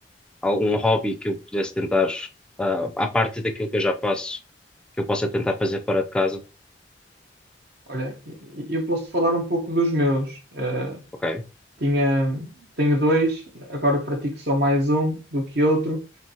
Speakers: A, in the centre; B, on the right (about 65°).
A: algum hobby que eu pudesse tentar, ah, à parte daquilo que eu já faço, que eu possa tentar fazer fora de casa.
B: Olha, e- e eu posso-te falar um pouco dos meus. Eh,
A: Ok,
B: tinha, tenho dois, agora pratico só mais um do que outro,